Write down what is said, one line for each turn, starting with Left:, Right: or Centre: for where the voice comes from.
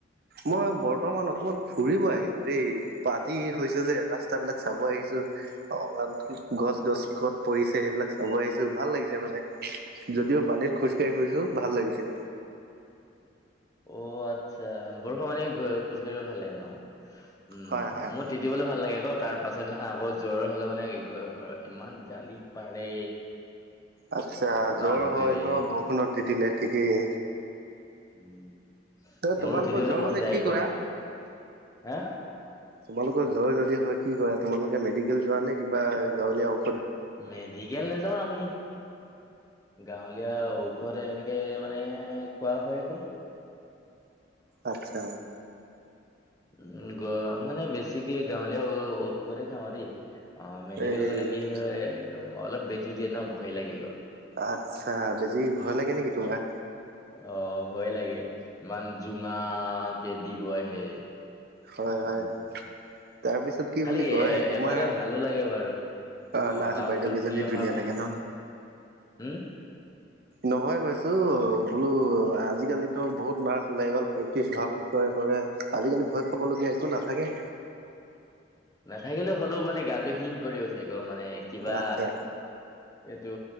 Right: মই বৰ্তমান অকমান ফুৰিব আহিলো দেই পানী হৈছে যে ৰাস্তা বিলাক চাব আহিছো। অকমান গছ গছ কত পৰিছে সেইবিলাক চাব আহিছো ভাল লাগিছে মানে - যদিও পানীত খোজকাঢ়ি ফুৰিছো ভাল লাগিছে।
Left: অ আচ্ছা, বৰষুণ মানে খোজকাঢ়িব ভাল লাগে ন, উম
Right: হয় হয়
Left: ম - তিতিবলে ভাল লাগে ক, তাৰ পাছত দিনাখন আকৌ জ্বৰ হলে মানে ঘৰত ইমান গালি পাৰে।
Right: আচ্ছা,
Left: বাপদেৰে
Right: জ্বৰ হয় ন বৰষুণত তিতিলে ঠিকেই।
Left: উম,
Right: ত তোমালোকৰ
Left: মোৰো তিতিবলে
Right: জ্বৰ হলে
Left: মন যায়
Right: কি কৰা
Left: ক, হা?
Right: তোমালোকৰ জ্বৰ যদি হয়, কি কৰা? তোমালোকে মেডিকেল যোৱা নে কিবা গাঁৱলীয়া ঔ -
Left: মেডিকেল নাযাওঁ আমি। গাঁৱলীয়া ঔষধে এনেকে মানে খোৱা হয় আক।
Right: আচ্ছা
Left: উম গ মানে বেছিকে গাঁৱলীয়া ঔষধ হে খাওঁ দেই অ মেডিকেল
Right: এই
Left: গ'লে কি হয় অলপ বেজি দিয়ে ন ভয় লাগে গ
Right: আচ্ছা বেজী ভয় লাগে নেকি তোমাৰ
Left: অ ভয়ে লাগে ইমান জোঙকে দিব আহে
Right: হয়
Left: উম,
Right: হয় তাৰপিছত কি
Left: খালি
Right: বুলি কয়
Left: এ
Right: তোমাৰ
Left: এপাকে ভালো লাগে বাৰু
Right: অ নাচ
Left: টাউনখন
Right: বাইদউ কেইজনী
Left: ফুৰি অহা
Right: ধুনীয়া
Left: হয়
Right: থাকে ন
Left: উম,
Right: নহয় কৈছো বোলো আজিকালিতো বহুত নাৰ্ছ ওলাই গ'ল প্ৰেক্টিচ ভাল কৰে কৰে আজিকালি ভয় খাবলগীয়া একো নাথাকে
Left: নাথাকিলেও হ'লেও মানে গাটো শিং কৰি উঠে আকৌ মানে কিবা
Right: আচ্ছা
Left: এইটো